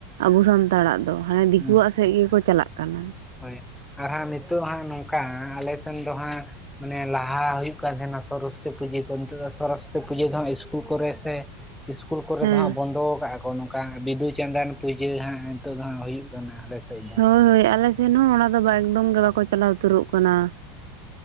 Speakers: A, on the right; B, in the centre.
A: ᱟᱵᱚ ᱥᱟᱱᱛᱟᱲᱟᱜ ᱫᱚ ᱦᱟᱱᱮ ᱫᱤᱠᱩᱣᱟᱜ
B: ᱦᱩᱸ
A: ᱥᱮᱫ ᱜᱮᱠᱚ ᱪᱟᱞᱟᱜ ᱠᱟᱱᱟ
B: ᱦᱳᱭ, ᱟᱨ ᱦᱟᱸᱜ ᱱᱤᱛᱳᱜ ᱦᱟᱸᱜ ᱱᱚᱝᱠᱟ ᱟᱞᱮ ᱥᱮᱱ ᱫᱚ ᱦᱟᱸᱜ ᱢᱟᱱᱮ ᱞᱟᱦᱟ ᱦᱩᱭᱩᱜ ᱠᱟᱱ ᱛᱟᱦᱮᱱᱟ ᱥᱚᱨᱚᱥᱚᱛᱤ ᱯᱩᱡᱟᱹ ᱠᱚ ᱱᱤᱛᱚᱜ ᱫᱚ ᱥᱚᱨᱚᱥᱚᱛᱤ ᱯᱩᱡᱟᱹ ᱫᱚ ᱤᱥᱠᱩᱞ ᱠᱚᱨᱮ ᱥᱮ ᱤᱥᱠᱩᱞ ᱠᱚᱨᱮ
A: ᱦᱮᱸ
B: ᱫᱚ ᱦᱟᱸᱜ ᱵᱚᱱᱫᱚ ᱠᱟᱜᱼᱟ ᱠᱚ ᱚᱱᱠᱟ ᱵᱤᱫᱩ ᱪᱟᱸᱫᱟᱱ ᱯᱩᱡᱟᱹ ᱦᱟᱸᱜ ᱱᱤᱛᱚᱜ ᱫᱚ ᱦᱟᱸᱜ ᱦᱩᱭᱩᱜ ᱠᱟᱱᱟ ᱟᱞᱮ ᱥᱮᱫ ᱫᱚ
A: ᱦᱳᱭ ᱦᱳᱭ ᱟᱞᱮ ᱥᱮᱱ ᱦᱚᱸ ᱚᱱᱟ ᱫᱚ ᱮᱠᱫᱚᱢ ᱜᱮ ᱵᱟᱠᱚ ᱪᱟᱞᱟᱣ ᱩᱛᱟᱹᱨᱚᱜ ᱠᱟᱱᱟ᱾